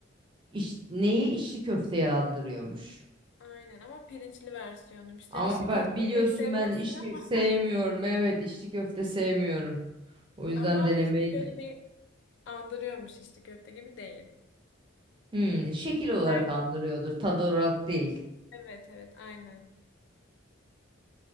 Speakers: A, on the right; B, on the left.
A: İş, neyi içli köfteye andırıyormuş.
B: Aynen ama pirinçli versiyonuymuş. Sen
A: Ama
B: içli
A: ben,
B: köfteyi
A: biliyorsun
B: pek sevmezsin
A: ben içli
B: ama
A: sevmiyorum. Evet, içli köfte sevmiyorum.
B: <laughs>
A: O yüzden
B: ama
A: denemeyi...
B: içli köfteyi andırıyormuş içli köfte gibi değil.
A: Hmm, şekil olarak
B: Belki
A: andırıyordur, tad olarak değil.
B: evet evet aynen.